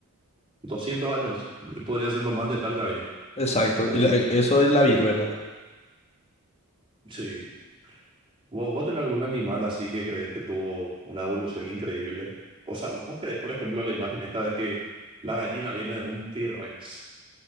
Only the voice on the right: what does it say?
200 años podría ser lo más letal que había.
Sí. ¿Vos, vos tenés algún animal así que crees que tuvo una evolución increíble? O sea, ¿vos crees, por ejemplo, la imagen esta de que la gallina viene de un T-Rex?